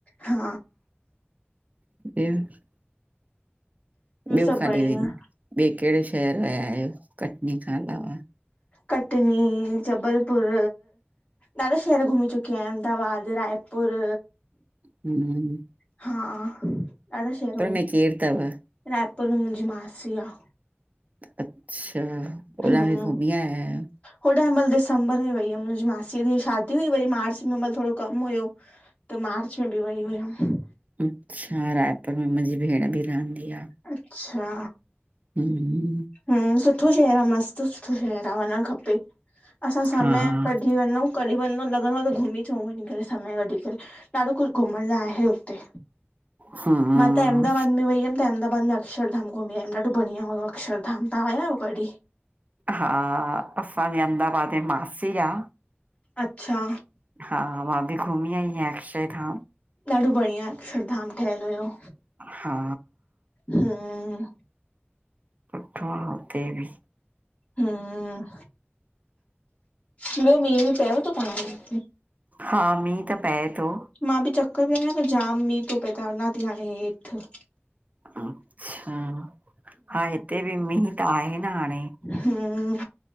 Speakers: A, on the left; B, on the right.
A: हा
B: <inaudible> ॿियो
A: सभु
B: काॾे
A: बढ़िया
B: वेंदी, ॿिए कहिड़े शहरु वया आहियो कटनी खां अलावा
A: कटनी जबलपुर ॾाढा शहर घुमी चुकी आहिया अहमदाबाद रायपुर
B: हम
A: हा ॾाढा शहर घुमी,
B: में केरु अथव अच्छा
A: रायपुर में मुंहिंजी मासी आ।
B: अच्छा, ओॾां
A: हम्म
B: बि घुमी आयायो
A: होॾां हिमहिल दिसंबर में वई हुमि मुंहिंजी मासीअ जी शादी हुई वरी मार्च में थोरो कमु हुयो त मार्च में बि वई हुअमि।
B: अच्छा, रायपुर में मुंहिंजी भेण बि रहंदी आ।
A: अच्छा
B: हम
A: हम सुठो शहरु आहे मस्तु सुठो शहर आहे वञणु खपे असां समय
B: हा
A: कढी वञू कॾहिं वन न त लॻंदो आ त घुमी अचऊं वञी करे समय कढी करे ॾाढो कुझु घुमण लाइ आहे हुते,
B: हा
A: मां त अहमदाबाद में वई हुयमि त अहमदाबाद में अक्षरधाम घुमी आयम ॾाढो बडिया हुयो अक्षरधाम तहाँ आया आहियो कॾी?
B: हा, असांजी अहमदाबाद जी मासी आ
A: अच्छा
B: हा मां बि घुमी आई आहियां अक्षय धाम
A: ॾाढो बढ़िया अकशरधाम ठहियलु हुयो।
B: हा
A: हा
B: सुठोआ हुते बि
A: हम, ॿियो मी वी पयेव तो तहाँजे हिते?
B: हा मींहुं त पए थो
A: मां बि चकर पई ॾिया त जाम मींहुं थो पए त वञा थी हाणे हेठि
B: अच्छा, हा हिते बि मींहुं त आहे न हाणे
A: हमम